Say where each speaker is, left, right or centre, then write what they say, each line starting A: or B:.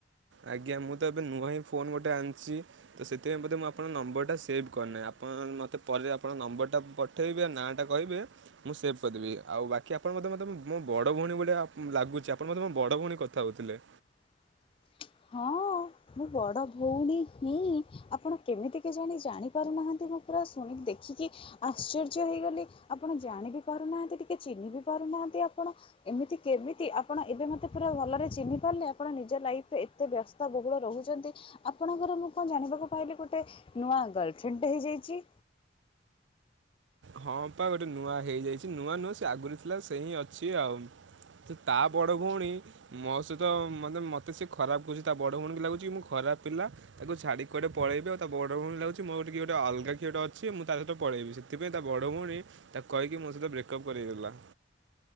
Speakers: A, on the right; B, on the left.
A: ଆଜ୍ଞା ମୁଁ ତ ଏବେ ନୂଆ ହିଁ ଫୋନ ଗୋଟେ ଆଣିଛି ତ ସେଥିପାଇଁ ବୋଧେ ମୁଁ ଆପଣ ନମ୍ବର ଟା ସେଭ୍ କରିନାହିଁ ଆ ମତେ ପରେ ଆପଣଙ୍କ ନମ୍ବର ଟା ପଠେଇବେ ଆଉ ନାଁ ଟା କହିବେ ମୁଁ ସେଭ୍ କରିଦେବି ଆଉ ବାକି ଆପଣ ମେ ତମେ ତ ମୋ ବଡ ଭଉଣୀ ଭଳିଆ ଲାଗୁଛି ଆପଣ ବୋଧେ ମୋ ବଡ ଭଉଣୀ କଥା ହଉଥିଲେ।
B: <inaudible> ହଁ ମୁଁ ବଡ଼ ଭଉଣୀ ହିଁ ଆପଣ କେମିତି କେଜାଣି ଜାଣିପାରୁନାହାନ୍ତି ମୁଁ ପୁରା ଶୁଣିକି ଦେଖି ଦେଖିକି ଆଶ୍ଚର୍ଯ୍ୟ ହେଇଗଲି ଆପଣ ଜାଣି ବି ପାରୁନାହାନ୍ତି ଟିକେ ଚିହ୍ନି ବି ପାରୁନାହାନ୍ତି ଆପଣ। ଏମିତି କେମିତି ଆପଣ ଏବେ ମୋତେ ପୁରା ଭଲରେ ଚିହ୍ନି ପାରିଲେ ଆପଣ ନିଜ ଲାଇଫ ରେ ଏତେ ବ୍ୟସ୍ତ ବହୁତ ରହୁଚନ୍ତି ଆପଣଙ୍କର ମୁଁ କଣ ଜାଣିବାକୁ ପାଇଲି ଗୋଟେ ନୂଆ ଗଲଫ୍ରେଣ୍ଡ ଟେ ହେଇଯାଇଛି।
A: ହଁ ପା ଗୋଟେ ନୂଆ ହେଇଯାଇଛି ନୂଆ ନୁହଁ ସେ ଆଗୁରୁ ଥିଲା ସେ ହିଁ ଅଛି ଆଉ। ତ ତା ବଡ ଭଉଣୀ ମୋ ସହିତ <unintelligible> ମତେ ସେ ଖରାପ କହୁଛି ତା ବଡ ଭଉଣୀ କି ଲାଗୁଛି ମୁଁ ଖରାପ ତା ପିଲା ତାକୁ ଛାଡିକି କୁଆଡେ ପଳେଇବି ଆଉ ତା ବଡ ଭଉଣୀ କୁ ଲାଗୁଛି ମୋର କିଏ ଗୋଟେ ଅଲଗା କିଏ ଗୋଟେ ଅଛି ମୁଁ ତା ସହିତ ପଳେଇବି ସେଥିପାଇଁ ତା ବଡ଼ ଭଉଣୀ ତାକୁ କହିକି ମୋ ସହିତ ବ୍ରେକଅପ୍ କରେଇଦେଲା।